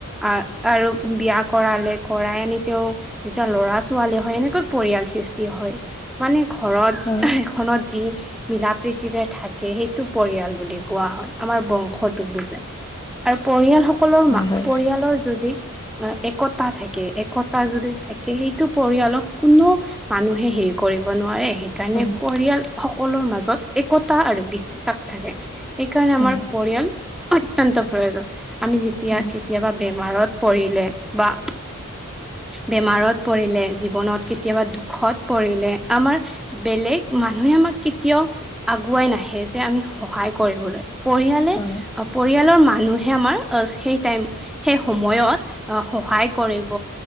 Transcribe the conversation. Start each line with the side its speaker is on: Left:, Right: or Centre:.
Centre: আ-আৰু বিয়া কৰালে, কৰাই আনি তেওঁ যেতিয়া ল'ৰা ছোৱালী হয়, এনেকৈ পৰিয়াল সৃষ্টি হয়, মানে ঘৰত
Left: হয়
Centre: এখনত যি মিলা প্ৰীতিৰে থাকে সেইটো পৰিয়াল বুলি কোৱা হয়, আমাৰ বংশটোক বুজাই আৰু পৰিয়ালসক সকলো
Left: হয়
Centre: মা-পৰিয়ালৰ
Left: হয়
Centre: যদি একতা থাকে, একতা যদি থাক সেইটো পৰিয়ালক কোনো মানুহে হেৰি কৰিব নোৱাৰে, সেইকাৰণে
Left: হয়
Centre: পৰিয়াল সকলৰ মাজত একতা আৰু বিশ্বাস থাকে সেইকাৰণে
Left: হয়
Centre: আমাৰ পৰিয়াল অত্যন্ত প্ৰয়োজন আমি যেতিয়া
Left: হয়
Centre: কেতিয়াবা বিপদত পৰিলে বা বেমাৰত পৰিলে জীৱনত কেতিয়াবা দুখত পৰিলে আমাৰ বেলেগ মানুহে আমাক কেতিয়াও আগুৱাই নাহে যে আমি সহায় কৰিবলৈ। পৰিয়ালে
Left: হয়
Centre: পৰিয়ালৰ মানুহে আমাৰ সেই টাইম সেই সময়ত সহায় কৰিব,